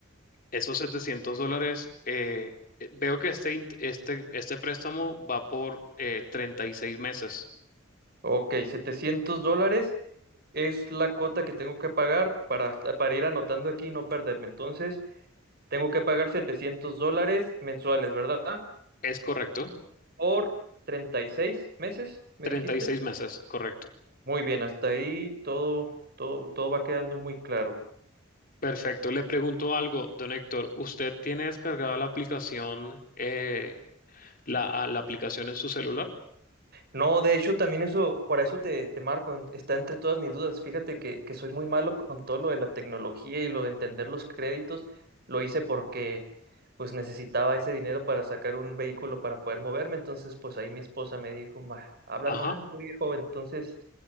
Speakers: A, on the left; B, on the right.
A: Esos 700 dólares, eh, eh, veo que este, int- este, este préstamo va por eh, treinta y seis meses,
B: Ok, 700 dólares es la cuota que tengo que pagar para, para ir anotando aquí y no perderme. Entonces, tengo que pagar 700 dólares mensuales, ¿verdad?
A: ¿es correcto?
B: Por 36 meses, me
A: Treinta
B: dijiste.
A: y seis meses, correcto.
B: Muy bien, hasta ahí todo, todo, todo va quedando muy claro.
A: Perfecto, le pregunto algo, don Héctor, ¿usted tiene descargada la aplicación eh, la, a la aplicación en su celular?
B: No, de hecho, también eso, por eso te, te marco, en- está entre todas mis dudas. Fíjate que, que soy muy malo con todo lo de la tecnología y lo de entender los créditos. Lo hice porque pues necesitaba ese dinero para sacar un vehículo para poder moverme. Entonces, pues ahí mi esposa me dijo, "Ma, habla
A: Ajá,
B: al banco, viejo. Entonces,